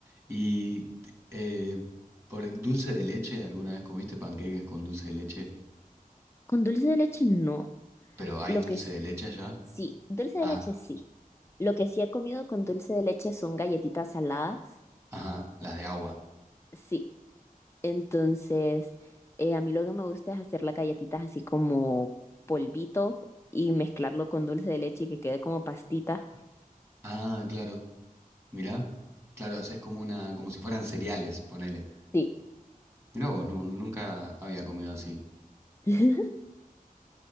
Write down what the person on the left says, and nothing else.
<laughs> Con dulce de leche no.
Lo
que, s-
Sí, dulce
de leche sí. Lo que sí he comido con dulce de leche son galletitas saladas.
Sí, entonces eh, a mí lo que me gusta es hacer las galletitas así como polvito y mezclarlo con dulce de leche y que quede como pastita.
Sí,
<laughs>